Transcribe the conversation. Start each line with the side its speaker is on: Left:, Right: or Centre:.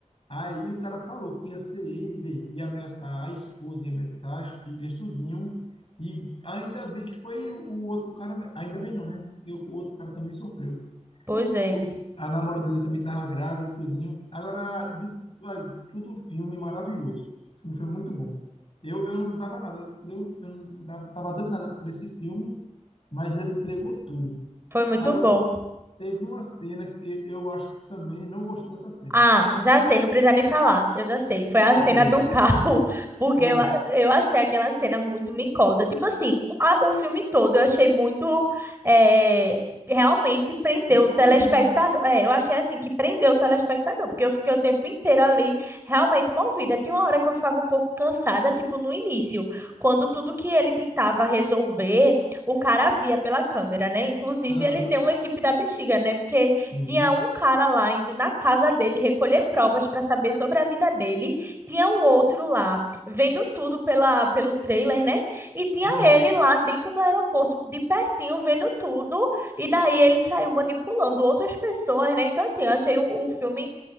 Left: Aí o cara falou que ia ser ele, bem, ia ameaçar a esposa, ia ameaçar as filhas, tudinho. E ainda bem que foi o outro cara, ainda bem não, né? Porque o, o outro cara também sofreu.
Right: Pois é.
Left: O, a namorada dele também estava grávida, tudinho. Agora, de, olha, tudo filme maravilhoso. O filme foi muito bom. Eu, eu não dava nada, eu, eu não dava, tava dando nada por esse filme, mas ele entregou tudo.
Right: Foi muito
Left: Agora,
Right: bom.
Left: teve uma cena que eu acho que também não gostou dessa cena.
Right: Ah, já sei, não precisa nem falar. Eu já sei. Foi a
Left: Qual
Right: cena
Left: foi?
Right: do carro, <laughs> porque
Left: Pô,
Right: eu, a- eu achei aquela cena muito micosa. Tipo assim, a- o filme todo eu achei muito. eh, realmente prendeu
Left: bem
Right: o
Left: produzido,
Right: telespectador.
Left: né?
Right: É, eu achei assim que prendeu o telespectador, porque eu fiquei o tempo inteiro ali realmente movida. Tinha uma hora que eu ficava um pouco cansada, tipo no início, quando tudo que ele tentava resolver, o cara via pela câmera, né? Inclusive,
Left: Aham,
Right: ele tem uma equipe da bexiga, né? Porque
Left: sim.
Right: tinha um cara lá indo na casa dele recolher provas para saber sobre a vida dele. Tinha um outro lá vendo tudo pela, pelo trailer, né? E tinha
Left: Aham,
Right: ele lá dentro do aeroporto, de pertinho, vendo tudo. E daí ele saiu manipulando outras pessoas, né? Então, assim, eu achei o, o filme